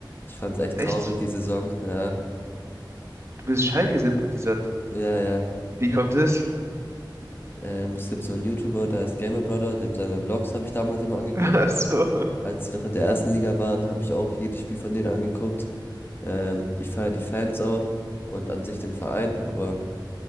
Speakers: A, on the left; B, on the right.
A: Ich fand's echt
B: Echt?
A: traurig, die Saison. Ja,
B: Du bist Schalke-Sympathisant.
A: ja, ja.
B: Wie kommt das?
A: Ähm, es gibt so einen YouTuber, der heißt Gamer Brother, dem seine Vlogs habe ich damals immer angeguckt.
B: <laughs> Ach
A: Und
B: so.
A: als sie noch in der ersten Liga waren, habe ich auch jedes Spiel von denen angeguckt. Ähm, ich feiere die Fans auch und an sich den Verein, aber